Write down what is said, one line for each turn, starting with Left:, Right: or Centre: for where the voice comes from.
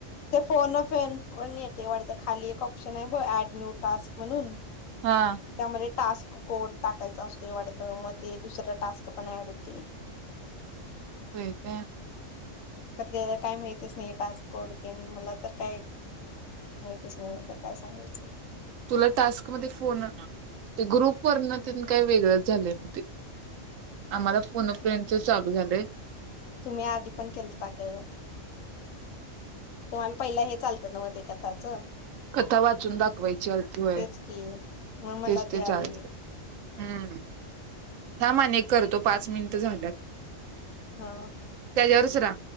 Left: ते फोन <unintelligible> पण येते वाढत, खाली एक ऑप्शन आहे ब ऍड नो टास्क म्हणून,
Right: हा
Left: त्यामध्ये टास्क कोड टाकायचा असतो वाढतं, म ते दुसऱ टास्क पण ऍड होतंय.
Right: वय काय.
Left: तर त्याला काय माहितच नाही, टास कोड मला तर काय माहितच नाही, म्हणलं काय सांगायचं.
Right: तुला टास्क म फोन ना, ते ग्रुप वरन काही वेगळंच झालंय ते आम्हाला फोन फ्रेंच चालू झालंय.
Left: तुम्ही आधी पण केलता ग तुम्हाला पहिलं हेच आलतं नवत त्याच.
Right: कथा वाचून दाखवायची आलती, होय
Left: तेच की मग मला
Right: तेच ते चाल
Left: आले
Right: हम्म, थांम आणि एक करतो पाच मिनिट झाल्यात.
Left: हा.
Right: त्याच्यावरच राहा.